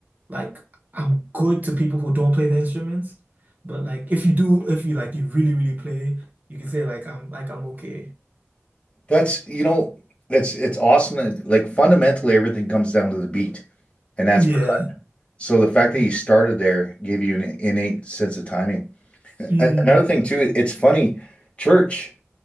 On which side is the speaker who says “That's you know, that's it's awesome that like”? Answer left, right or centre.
Left